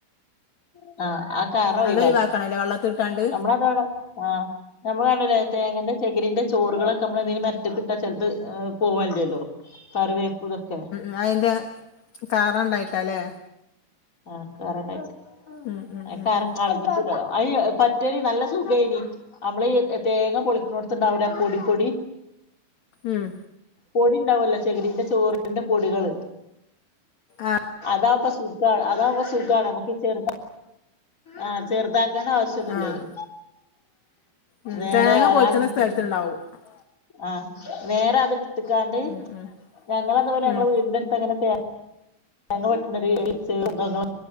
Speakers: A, on the left (about 20°); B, on the left (about 55°).
A: ഉ ആഹ് ആ കറ ഒയിവാക്കണം.
B: അതൊഴിവാക്കണല്ലേ വെള്ളത്തിട്ടാണ്ട്
A: നമ്മളതാണ് ആഹ് നമ്മളണ്ടിലേ തേങ്ങന്റെ ചകിരിന്റെ ചോറ് ങ്ങളൊക്കെ മ്മള തിന്റെ മെരട്ടെ കിട്ടാ ചെൽത് ഏ പോവൻ ല്ലല്ലോ കറിവേപ്പു തൊക്കെ
B: ആ അയിൻ്റെ കാറണ്ടായിട്ടല്ലേ?
A: ആഹ് കറ <unintelligible>
B: ഉം ഉം
A: ആ
B: ഉം
A: കറ
B: ഉം
A: കളഞ്ഞിട്ടിടണം. അയി എ പറ്റേല് നല്ല സുഖേയ്നി അമ്മളീ എ തേങ്ങ പൊളിക്കണോടുത്തുണ്ടാവില്ലെ അപ്പൊടി പൊടി
B: ഉം
A: പൊടി ണ്ടാവല്ലോ ചെകിരിന്റെ ചോറിന്റെ പൊടികള്
B: ആഹ്
A: താപ സുഖാ അതാമ്പ സുഖാണ് നമുക്ക് ചെറ്താ ആഹ് ചെറ്താക്കേണ്ട ആവശ്യൊന്നുല്ലെയ്നി
B: ആഹ് ഉം
A: നേരെ
B: തേങ്ങ
A: <unintelligible>
B: പൊളിച്ചണ <unintelligible>
A: ആഹ് നേരെ അത് ത്തിക്കാണ്ട്
B: ഉം ഉം
A: ഞങ്ങള <unintelligible> ഞങ്ങള്
B: ഉം
A: വീടിന്റെടുത്ത്ങ്ങനെ തേ ഏങ്ങ വെട്ട്ണത് <unintelligible>